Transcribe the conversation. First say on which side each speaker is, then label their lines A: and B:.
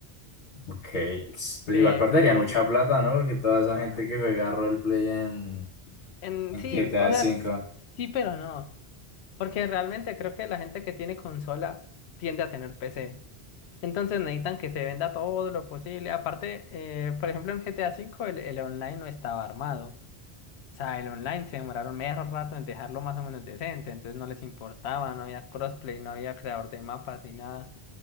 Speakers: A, on the left; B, on the left.
A: Ok, pues
B: Pero
A: igual perderían mucha plata, ¿no? Porque toda esa gente que juega roleplay en,
B: en,
A: en
B: sí,
A: GTA
B: o sea,
A: V.
B: s- sí, pero no. Porque realmente creo que la gente que tiene consola tiende a tener PC. Entonces necesitan que se venda todo lo posible. Aparte, eh, por ejemplo, en GTA V el, el online no estaba armado. O sea, el online se demoraron medio rato en dejarlo más o menos decente, entonces no les importaba, no había crossplay, no había creador de mapas ni nada.